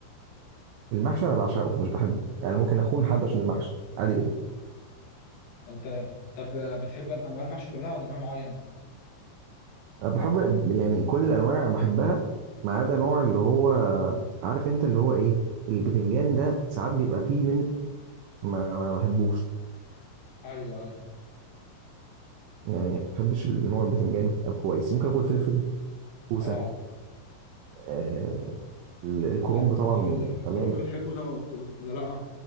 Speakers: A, on the right; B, on the left.
A: المحشي انا بعشقه مش بحبه يعني ممكن اخون حد عشان المحشي عادي جدا
B: انت طب بتحب انواع المحشي كلها ولا نوع معين
A: أنا بحب يعني كل الانواع بحبها ما عدا نوع اللي هو عارف انت اللي هو ايه البتنجان ده ساعات بيبقى فيه منه ما, ما بحبوش
B: ايوه ايوه
A: يعني ما بحبش النوع البتنجان كويس ممكن اكل فلفل كوسة
B: اه
A: آه، ال- الكرنب
B: انت طب
A: طبعا
B: ال- الكرنب
A: تمام
B: بتحبه طب- ولا لا